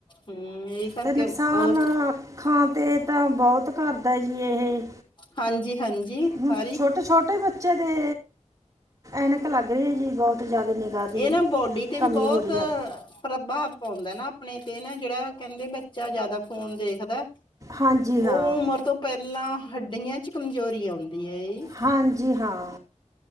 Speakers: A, on the left (about 40°); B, on the right (about 25°).
A: ਹਮ ਇਹ ਕਰਕੇ
B: ਤੇ ਨੁਕਸਾਨ
A: ਉਦੋਂ
B: ਅੱਖਾਂ ਤੇ ਤਾਂ ਬਹੁਤ ਕਰਦਾ ਜੀ ਇਹ
A: ਹਾਂਜੀ ਹਾਂਜੀ
B: ਹੁਣ
A: ਹਰ ਇੱਕ
B: ਛੋਟੇ ਛੋਟੇ ਬੱਚੇ ਤੇ ਐਨਕ ਲੱਗ ਰਹੀ ਹੈ ਜੀ ਬਹੁਤ ਜ਼ਿਆਦਾ ਨਿਗਾਹ ਦੀ
A: ਇਹ ਨਾ ਬੋਡੀ ਤੇ
B: ਕਮੀ
A: ਵੀ ਬਹੁਤ
B: ਹੋ ਰਹੀ ਹੈ
A: ਪ੍ਰਭਾਵ ਪਾਉਂਦਾ ਨਾ ਆਪਣੇ ਤੇ ਨਾ ਜਿਹੜਾ ਕਹਿੰਦੇ ਬੱਚਾ ਜਿਆਦਾ ਫੋਨ ਦੇਖਦਾ
B: ਹਾਂਜੀ
A: ਉਹ
B: ਹਾਂ
A: ਉਮਰ ਤੋਂ ਪਹਿਲਾਂ ਹੱਡੀਆਂ ਚ ਕਮਜ਼ੋਰੀ ਆਉਂਦੀ ਹੈ ਇਹ
B: ਹਾਂਜੀ ਹਾਂ